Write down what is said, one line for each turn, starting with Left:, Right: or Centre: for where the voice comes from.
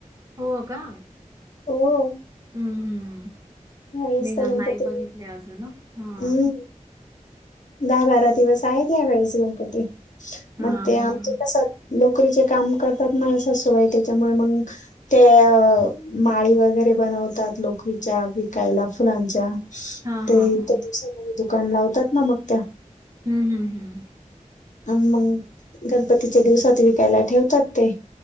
Right: हो का?
Left: हो.
Right: हम्म हम्म. मी
Left: ह्यावेेळेस
Right: ना,
Left: तर
Right: नाही
Left: गणपती
Right: बघितले अजून. हा.
Left: हम्म दहा बारा दिवस आहेत या वेळेस गणपती
Right: हां
Left: मग. ते
Right: हां.
Left: आमच्या कस, लोक रिचे काम करतात मा सासूबाई. त्याच्यामुळे मग ते माळी वगैरे बनव तात लोकरीच्या. विकायला, फुलांच्या.
Right: हां
Left: ते
Right: हां हां.
Left: इ त्या दिवसामध्ये दुकान लावतात ना मग त्या
Right: हम्म हम्म हम्म
Left: अ मग गणपतीच्या दिवसात विकायला ठेवतात ते